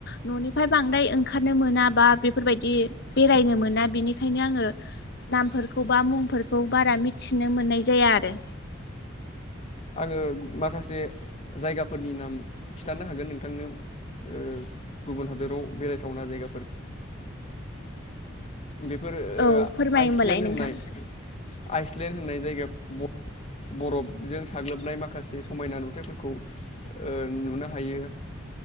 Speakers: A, on the left (about 55°); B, on the left (about 30°).
A: न'निफ्राय बांद्राय ओंखारनो मोना बा बेफोरबायदि बेरायनो मोन ना बिनिखायनो आङो नामफोरखौ बा मुंफोरखौ बारा मिथिनो मोननाय जायो आरो
B: आङो माखासे जायगाफोरनि नाम खिथानो हागोन नोंथांनो ओ गुबुन हादोराव बेरायथावना जायगाफोर बेफोर ओ
A: औ फोरमाय
B: आइसलेण्ड
A: होमबालाय
B: होननाय
A: नोंथां
B: आइस लेन होननाय जायगा ब बरफजों साग्लोबनाय माखासे समायना नुथायफोरखौ ओ नुनो हायो